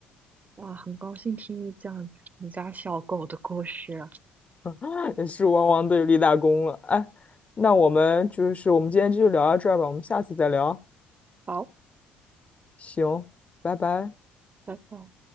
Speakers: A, on the right; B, on the left.
A: 哇，很高兴听你讲你家小狗的故事。
B: <laughs> 也是汪汪队立大功了。哎，那我们就是我们今天就聊到这儿吧，我们下次再聊。
A: 好，
B: 行，拜拜。
A: 拜拜。